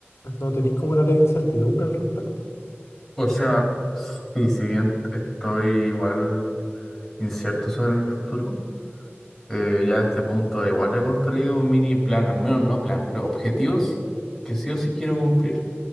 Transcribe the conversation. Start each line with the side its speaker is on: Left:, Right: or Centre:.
Left: ¿no tenéis como una leve incertidumbre al respecto?
Centre: O sea, y si bien estoy igual incierto sobre mi futuro, eh, ya a este punto igual he construido un mini plan, al menos no plan, pero objetivos que sí o sí quiero cumplir.